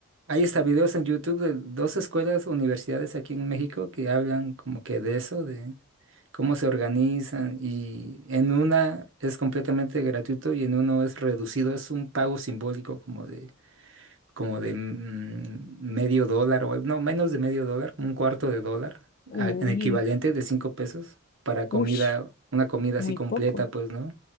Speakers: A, on the right; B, on the left.
A: hay hasta videos en YouTube de dos escuelas, universidades aquí en México que hablan como que de eso, de cómo se organizan y en una es completamente gratuito y en uno es reducido, es un pago simbólico como de, como de mm, medio dólar o al- no, menos de medio dólar, como un cuarto de dólar,
B: uy,
A: a- en equivalente de cinco pesos para comida,
B: ush,
A: una comida
B: muy
A: así completa,
B: poco.
A: pues, ¿no?